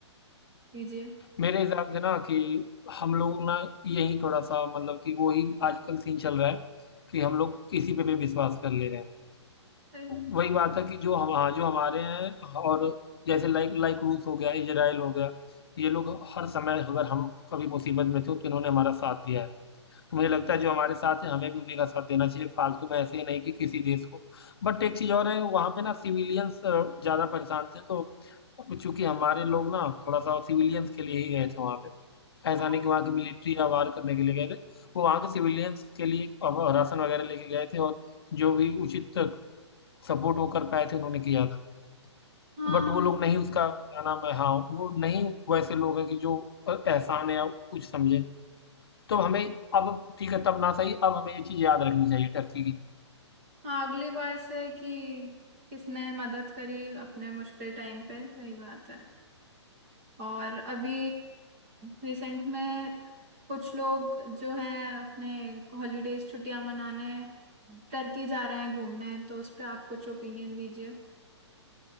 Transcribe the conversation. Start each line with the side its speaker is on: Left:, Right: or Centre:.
Right: दीजिए
Left: मेरे हिसाब से ना कि हम लोग ना यही थोड़ा सा मतलब कि वो ही आजकल सीन चल रहा है कि हम लोग किसी पे भी विश्वास कर ले रहे हैं
Right: हाँ
Left: वही बात है कि जो हम हाँ जो हमारे हैं और जैसे लाइक लाइक रूस हो गया इजराइल हो गया ये लोग हर समय अगर हम कभी मुसीबत में थे तो इन्होंने हमारा साथ दिया है तो मुझे लगता है जो हमारे साथ है हमें भी उन्हीं का साथ देना चाहिए फालतू में ऐसे ही नहीं कि किसी देश को बट एक चीज और है वहां पे ना सिविलियंस ज्यादा परेशान थे तो चूंकि हमारे लोग ना थोड़ा सा सिविलियंस के लिए ही गए थे वहां पे ऐसा
Right: हाँ
Left: नहीं कि वहां की मिलिट्री या वार करने के लिए गए थे वो वहां के सिविलियंस के लिए अब राशन वगैरह लेके गए थे और जो भी उचित सपोर्ट वो कर पाए थे उन्होंने किया था
Right: हाँ
Left: बट वो लोग नहीं उसका क्या नाम है हाँ वो नहीं वैसे लोग हैं कि जो अ, एहसान है या कुछ समझे तो हमें अब ठीक है तब ना सही अब हमें ये चीज याद रखनी चाहिए टर्की की
Right: हाँ अगली बार से कि किसने मदद करी अपने मुश्किल टाइम पे सही बात है और अभी रिसेंट में कुछ लोग जो हैं अपने हॉलीडेज छुट्टियां मनाने टर्की जा रहे हैं घूमने तो उस पे आप कुछ ओपिनियन दीजिए